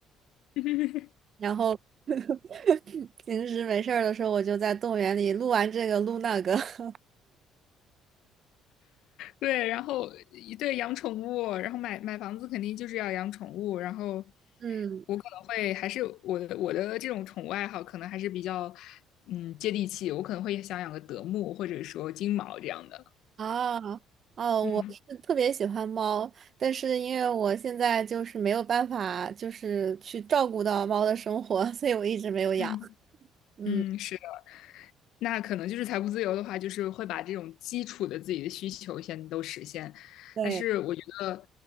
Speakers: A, on the left; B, on the right.
A: <laughs>
B: <laughs> 然后 <laughs> 平时没事儿的时候，我就在动物园里录完这个录那个。<laughs>
A: 对，然后对养宠物，然后买买房子肯定就是要养宠物，然后
B: 嗯，
A: 我可能会还是我的我的这种宠物爱好可能还是比较嗯接地气，我可能会想养个德牧或者说金毛这样的，
B: 啊，哦，
A: 嗯。
B: 我是特别喜欢猫，但是因为我现在就是没有办法，就是去照顾到猫的生活，<laughs> 所以我一直没有养。
A: 嗯。
B: 嗯，
A: 嗯，是的，那可能就是财务自由的话，就是会把这种基础的自己的需求先都实现。
B: 对，
A: 但是我觉得